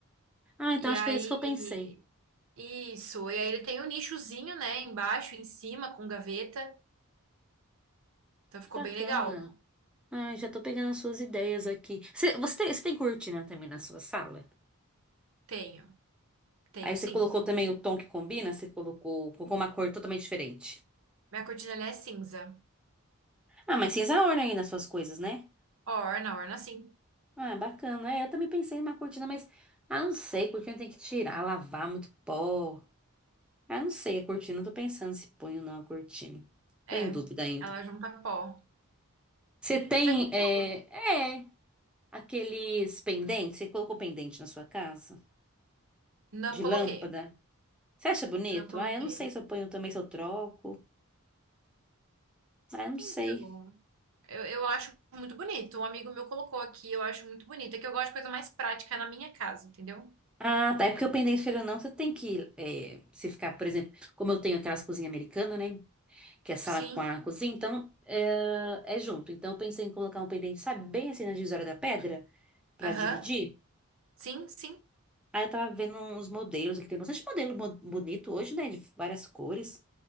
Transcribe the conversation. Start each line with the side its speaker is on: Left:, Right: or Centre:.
Centre: Ah, então
Right: E
Centre: acho
Right: aí
Centre: que é isso que eu pensei.
Right: Isso. E aí ele tem o nichozinho, né? Embaixo, em cima, com gaveta. Então ficou
Centre: Que bacana.
Right: bem legal.
Centre: Ai, já tô pegando as suas ideias aqui. Você, você tem, você tem cortina também na sua sala?
Right: Tenho. Tenho
Centre: Aí você
Right: sim.
Centre: colocou também o tom que combina, você colocou, colocou uma cor totalmente diferente.
Right: Minha cortina ela é cinza.
Centre: Ah, mas cinza orna aí nas suas coisas, né?
Right: Orna, orna sim.
Centre: Ah, bacana. É, eu também pensei em uma cortina, mas. Ah, não sei, cortina tem que tirar, lavar, muito pó. Ah, não sei, a cortina, eu tô pensando se põe ou não a cortina.
Right: É.
Centre: Tô em dúvida ainda.
Right: Ela junta pó.
Centre: Você tem.
Right: Mas é gostoso.
Centre: É, é. Aqueles pendentes, você colocou pendente na sua casa?
Right: Não
Centre: De
Right: coloquei.
Centre: lâmpada? Você acha bonito?
Right: Não coloquei.
Centre: Ah, eu não sei se eu ponho também, se eu troco. Ah, eu não
Right: Então,
Centre: sei.
Right: eu, eu acho muito bonito. Um amigo meu colocou aqui, eu acho muito bonito. É que eu gosto de coisa mais prática na minha casa, entendeu?
Centre: Ah, tá. É porque o pendente, querendo ou não, você tem que é, se ficar, por exemplo, como eu tenho aquelas cozinhas americanas, né? Que é sala
Right: Sim.
Centre: com a cozinha, então é, é junto. Então eu pensei em colocar um pendente, sabe, bem assim na divisória da pedra, pra
Right: Aham.
Centre: dividir.
Right: Sim, sim.
Centre: Aí eu tava vendo uns modelos, que tem bastante modelo bo- bonito hoje, né? De várias cores.